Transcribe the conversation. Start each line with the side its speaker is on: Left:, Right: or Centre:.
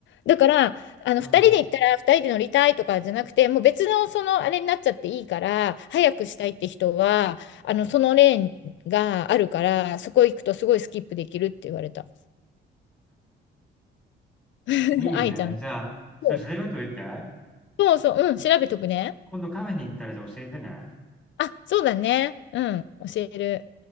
Left: だから、あの、
Centre: うん。
Left: 2人で行ったら2人で乗りたいとかじゃなくて、もう別のそのあれになっちゃっていいから、早くしたいって人は、あの、そのレーンがあるから、そこ行くとすごいスキップできるって言われた。<laughs>
Centre: いいね。
Left: 愛ちゃん。
Centre: じゃあ、それ調べといて。
Left: そうそうそう、うん、調べとくね。
Centre: 今度カフェに行ったら、じゃあ教えてね。
Left: あ、そうだね。うん、教える。